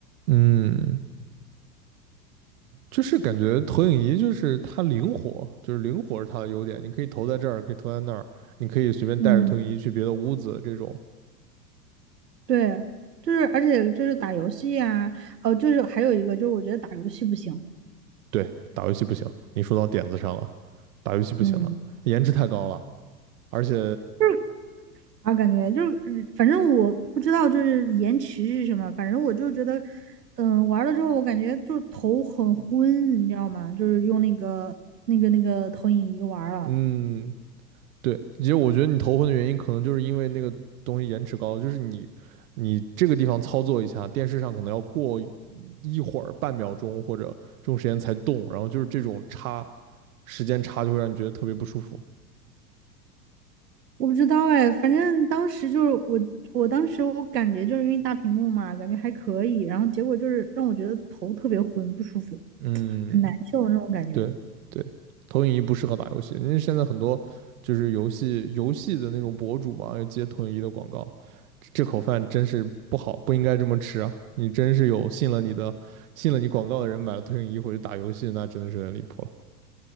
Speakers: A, on the right; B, on the right.
A: 嗯，就是感觉投影仪就是它灵活，就是灵活是它的优点，你可以投在这儿，可以投在那儿，你可以随便带着投影仪去别的屋子，
B: 嗯，
A: 这种
B: 对，就是而且就是打游戏啊，哦，就是还有一个就是我觉得打游戏不行，
A: 对打游戏不行，你说到点子上了，打游戏不行的，
B: 嗯。
A: 颜值太高了，而且
B: 就是很卡啊感觉就是，嗯反正我不知道就是延迟是什么，反正我就觉得，嗯，玩了之后我感觉就是头很昏，你知道吗？就是用那个那个那个投影仪玩了，
A: 嗯，对，其实我觉得你头昏的原因，可能就是因为那个东西延迟高，就是你你这个地方操作一下，电视上可能要过一一会儿半秒钟或者这种时间才动，然后就是这种差时间差就会让你觉得特别不舒服。
B: 我不知道哎，反正当时就是我，我当时我感觉就是因为大屏幕嘛，感觉还可以，然后结果就是让我觉得头特别昏，不舒服，
A: 嗯，
B: 很难受的那种感觉。
A: 对对，投影仪不适合打游戏，因为现在很多就是游戏游戏的那种博主嘛，要接投影仪的广告，这这口饭真是不好，不应该这么吃啊！你真是有信了你的，信了你广告的人买了投影仪回去打游戏，那真的是有点离谱了。